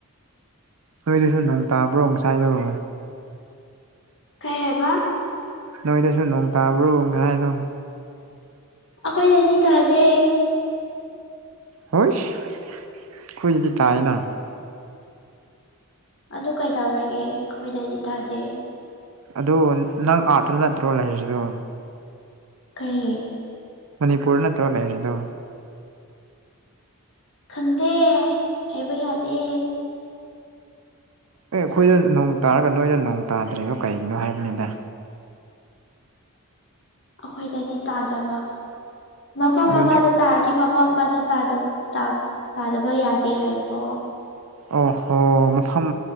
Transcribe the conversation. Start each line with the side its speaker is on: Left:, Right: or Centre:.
Right: ꯅꯣꯏꯗꯁꯨ ꯅꫭꯛ ꯇꯥꯕ꯭ꯔꯣ ꯀꯁꯥꯏꯗꫭ꯫
Left: ꯀꯩ ꯍꯥꯏꯕ
Right: ꯅꯣꯏꯗꯁꯨ ꯅꯣꯡ ꯇꯥꯕ꯭ꯔꯣ ꯉꯁꯥꯏꯗꫭ꯫
Left: ꯑꯩꯈꯣꯏꯗꯗꯤ ꯇꯥꯗꯦ꯫
Right: ꯍꯣꯏꯁ ꯑꯩꯈꯣꯏ ꯗꯗꯤ ꯇꯥꯏꯑꯅ
Left: ꯑꯗꯨ ꯀꯩꯗꯧꯔꯒꯦ ꯑꯩꯈꯣꯏꯗꯗꯤ ꯇꯥꯗꯦ꯫
Right: ꯑꯗꯣ ꯅꯪ ꯑꯥ‍꯭ꯔꯠꯇ ꯅꯠꯇ꯭ꯔꯣ ꯂꯩꯔꯤꯗꯣ꯫
Left: ꯀꯔꯤ
Right: ꯃꯅꯤꯄꯨꯔ ꯅꯠꯇ꯭ꯔꯣ ꯂꯩꯔꯤꯗꯣ꯫
Left: ꯈꯪꯗꯦ ꯍꯥꯏꯕ ꯌꯥꯗꯦ
Right: ꯑꯦ ꯑꯩꯈꯣꯏꯗ ꯅꯣꯡ ꯇꯥꯔꯒ ꯅꯣꯏꯗ ꯅꯣꯡ ꯇꯥꯗ꯭ꯔꯤꯗꫭ ꯀꯩꯒꯤꯅꯣ ꯍꯥꯏꯕꯅꯤꯗ
Left: ꯑꯩꯈꯣꯏꯗꯗꯤ ꯇꯥꯗꯕ ꯃꯐꯝ
Right: ꯑꯗꯨꯅꯦ
Left: ꯑꯃꯗ ꯇꯥꯔꯗꯤ ꯃ ꯄꯝ ꯑꯃꯗ ꯇꯥꯗꯕ ꯇ-ꯇꯗꯕ ꯌꯥꯗꯦ ꯍꯥꯏꯕ꯭ꯔꯣ
Right: ꯑꯣ ꯍꯣ ꯃꯐꯝ